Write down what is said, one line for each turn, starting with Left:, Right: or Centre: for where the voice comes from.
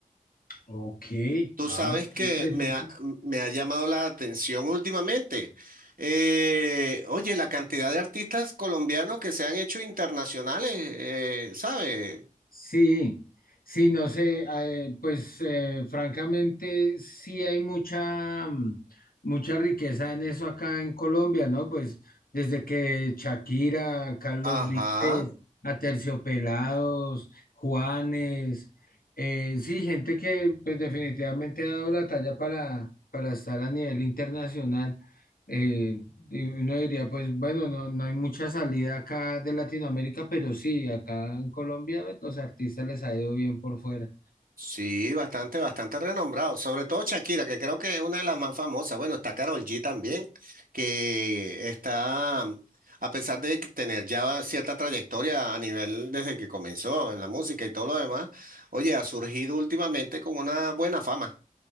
Left: Ok,
Right: Tú
Left: ah,
Right: sabes que
Left: qué interesante.
Right: me ha, me ha llamado la atención últimamente. Eh, oye, la cantidad de artistas colombianos que se han hecho internacionales, eh, ¿sabes?
Left: Sí, sí, no sé, ah, eh, pues eh, francamente sí hay mucha, mm, mucha riqueza en eso acá en Colombia, ¿no? Pues desde que Shakira, Carlos
Right: Ajá,
Left: Vives, Aterciopelados, Juanes, eh, sí, gente que pues definitivamente ha dado la talla para, para estar a nivel internacional. Eh, Y uno diría, pues bueno, no, no hay mucha salida acá de Latinoamérica, pero sí, acá en Colombia los artistas les ha ido bien por fuera.
Right: sí, bastante, bastante renombrado. Sobre todo Shakira, que creo que es una de las más famosas. Bueno, está Karol G también, que está, a pesar de que tener ya cierta trayectoria a nivel desde que comenzó en la música y todo lo demás, oye, ha surgido últimamente con una buena fama.